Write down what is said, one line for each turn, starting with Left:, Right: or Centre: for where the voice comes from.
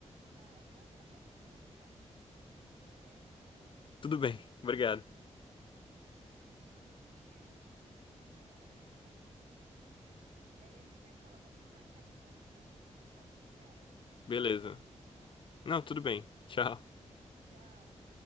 Right: Tá, eu vou ap- até procurar aqui rapidinho e aí eu te mando.
Left: Tudo bem, obrigado.
Right: De nada. E eu vou ter que ir, Her- Heitor, eu vou ter que dar uma saída rapidinho aqui. E aí a gente vai se falando. Assim que eu achar aqui, eu já te mando e você me fala o que que você, a- se
Left: Beleza.
Right: você já viu ou não.
Left: Não, tudo bem. Tchau.
Right: Tchau.